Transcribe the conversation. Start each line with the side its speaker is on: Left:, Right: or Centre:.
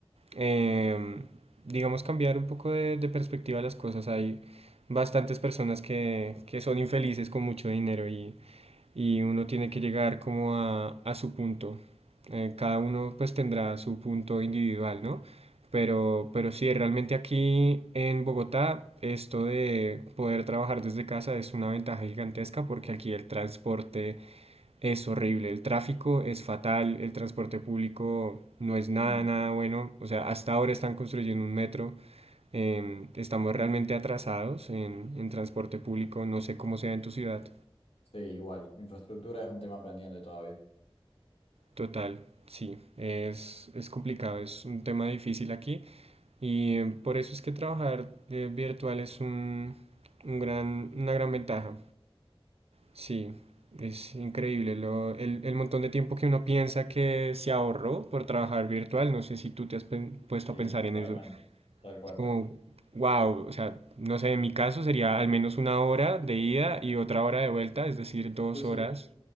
Right: em, digamos, cambiar un poco de, de perspectiva a las cosas. Hay bastantes personas que, que son infelices con mucho dinero y y uno tiene que llegar como a, a su punto. Eh, cada uno pues tendrá su punto individual, ¿no? Pero, pero sí, realmente aquí en Bogotá esto de poder trabajar desde casa es una ventaja gigantesca porque aquí el transporte es horrible, el tráfico es fatal, el transporte público no es nada,
Left: Mm.
Right: nada bueno. O sea, hasta ahora están construyendo un metro, em, estamos realmente atrasados en, en transporte público, no sé cómo sea en tu ciudad.
Left: Sí, igual. Infraestructura es un tema pendiente todavía.
Right: Total, sí, es, es complicado, es un tema difícil aquí y eh, por eso es que trabajar eh, virtual es un, un gran, una gran ventaja. Sí, es increíble lo, el, el montón de tiempo que uno piensa que se ahorró por trabajar virtual. No sé si tú te has pen- puesto
Left: Sí,
Right: a pensar en
Left: realmente.
Right: eso.
Left: Tal cual.
Right: Es como, wow, o sea, no sé, en mi caso sería al menos una hora de ida y otra hora de vuelta, es decir, dos
Left: Sí, sí.
Right: horas